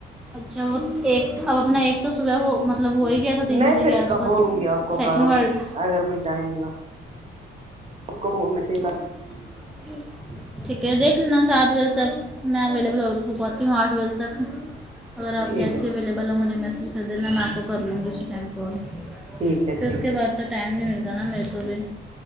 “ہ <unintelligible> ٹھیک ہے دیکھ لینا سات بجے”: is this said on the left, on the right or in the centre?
Centre